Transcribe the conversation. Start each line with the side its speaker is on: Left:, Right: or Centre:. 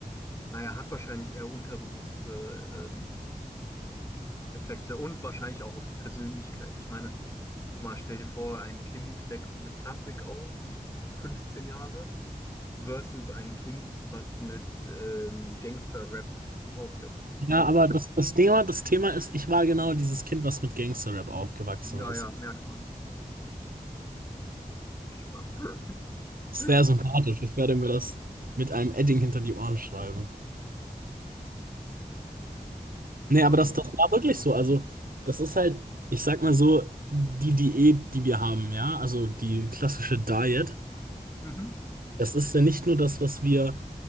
Left: naja, hat wahrscheinlich eher unterbewusste ähm, Effekte und wahrscheinlich auch auf die Persönlichkeit. Ich meine, guck mal, stell dir vor, ein Kind wächst mit Klassik auf, 15 Jahre, versus ein Kind, was mit ähm, Gangster-Rap aufwächst.
Right: Ja,
Left: Ne?
Right: aber das, das Thema, das Thema ist, ich war genau dieses Kind, was mit Gangster-Rap aufgewachsen
Left: Ja,
Right: ist.
Left: ja, merkt man. Spaß.
Right: Sehr
Left: <laughs>
Right: sympathisch. Ich werde mir das mit einem Edding hinter die Ohren schreiben. Nee,
Left: Ja,
Right: aber
Left: ne?
Right: das, das war wirklich so. Also, das ist halt, ich sag mal so, die Diät, die wir haben, ja, also die klassische Diet,
Left: Mhm.
Right: das ist ja nicht nur das, was wir